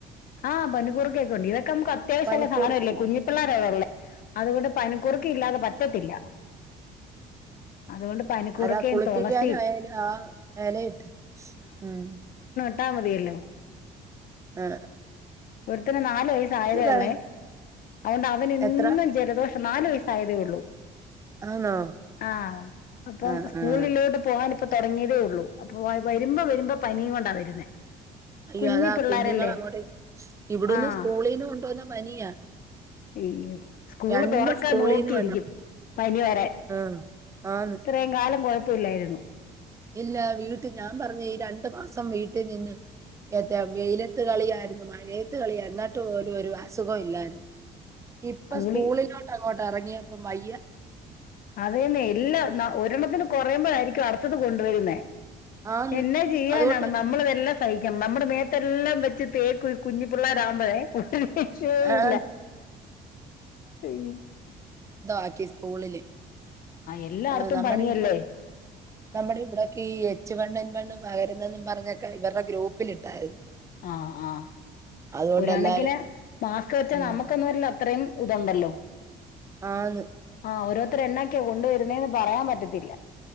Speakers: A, on the left; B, on the right.
A: ആ പനിക്കൂർക്കക്കെ ഉണ്ട്. ഇതെ ക്ക നമുക്ക് അത്യാശ്യല്ല
B: പനിക്കൂർക്കയുണ്ടോ?
A: സാനല്ലേ, കുഞ്ഞി പിള്ളേരാ ഇവ്ടെ ഇള്ളേ അതുകൊണ്ട് പനി കൂർക്ക ഇല്ലാതെ പറ്റത്തില്ല. അതുകൊണ്ട് പനിക്കൂർക്കയും
B: അത് ആ കുളിപ്പിക്കാനായാലു
A: തുളസിയും
B: ആ എലയിട്ട് ഉം
A: ട്ട മതിയല്ലോ
B: ആ
A: ഒരുത്തന് നാാലു വയസ ആായത
B: വേ
A: ഉള്ളേ അതൊണ്ട് അവനെന്നും
B: എത്ര
A: ജലദോഷ പക്ഷ നാല് വയസ്സായതേ ഉള്ളൂ
B: ആന്നോ?
A: ആ അപ്പം
B: ആഹ്
A: സ്കൂളിലോട്ട്
B: ആഹ്
A: പോകൻപ്പ തുടങ്ങിയതേ ഉള്ളൂ അപ്പൊ വരുമ്പോ വരുമ്പോ പനിയും കൊണ്ടാ വരുന്നേ
B: അയ്യോ
A: കുഞ്ഞി
B: അതാ
A: പിള്ളാരല്ലേ
B: കുഞ്ഞുങ്ങൾ അങ്ങോട്ടേ ഇവിടന്ന്
A: ആഹ്
B: സ്കൂളിൽന്ന് കൊണ്ട വന്ന പനിയാ
A: അയ്യോ സ്കൂള്
B: രണ്ടും
A: തുറക്കാൻ
B: സ്കൂളീന്ന്
A: നോക്കിയിരിക്കും
B: വന്നതാ.
A: പനി വരൻ
B: ആഹ് ആന്ന്.
A: ഇത്രയും കാലം കുഴപ്പ ല്ലായിരുന്നു
B: ഇല്ല വീട്ട് ഞാൻ പറഞ്ഞു ഈ രണ്ടു മാസം വീട്ടിൽ നിന്ന് ഏ വെയിലത്ത് കളിയായിരുന്നു മഴയത്ത് കളി എന്നിട്ട് പോലും ഒരു അസുഖം ഇല്ലായിരുന്നു ഇപ്പൊ
A: സ്കൂളി
B: സ്കൂളിലോട്ട് അങ്ങോട്ട് ഇറങ്ങിയപ്പ വയ്യ
A: അതെന്നെ എല്ലാ ഒരെണ്ണത്തിന് കുറയുമ്പോ ആയിരിക്കും അടുത്തത് കൊണ്ടുവരുന്നേ
B: ആന്ന്.
A: എന്നെ ചെയ്യാനാണ്
B: അതുകൊണ്ട്
A: നമ്മളിതെല്ലാം സഹിക്കാം നമ്മുടെ മേത്തെല്ലാം വെച്ച് തേക്കും കുഞ്ഞി പിള്ളേരാകുമ്പഴേ ഒരു രക്ഷയില്ല
B: ആന്ന്.
A: അയ്യി
B: ആക്കി സ്കൂളില്
A: എല്ലായിടത്തും
B: ആ നമ്മുടെ
A: പനിയല്ലേ
B: ഇവിടെ നമ്മുടെ ഇവിടൊക്കെ ഈ എച്ച് വൺ വണ്ണും പകരുന്നെന്നും പറഞ്ഞൊക്കെ ഇവരുടെ ഗ്രൂപ്പിലിട്ടായിരുന്നു
A: ആഹ് ആഹ്
B: അതുകൊണ്ട്
A: ഒരു കണക്കിന്
B: എല്ലാരും
A: മാക്സ് വെച്ചാ
B: മ്മ്.
A: നമ്മുക്കൊരില്ല അത്രയും ഇതുണ്ടല്ലോ
B: ആണ്
A: ആ ഓരോരുത്തർ എന്നൊക്കെയാ കൊണ്ടുവരുന്നേന്ന് പറയാൻ പറ്റത്തില്ല